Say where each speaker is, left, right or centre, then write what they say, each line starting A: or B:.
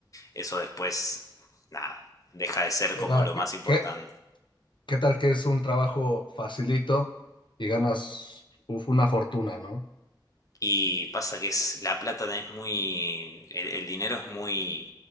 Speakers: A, on the left (about 40°); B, on the left (about 70°).
A: eso después, nada, deja de ser como
B: nada,
A: lo
B: ¿qué,
A: más importante.
B: qué, qué tal que es un trabajo facilito y ganas uf, una fortuna, ¿no?
A: Y pasa que es, la plata es muy, el, el dinero es muy,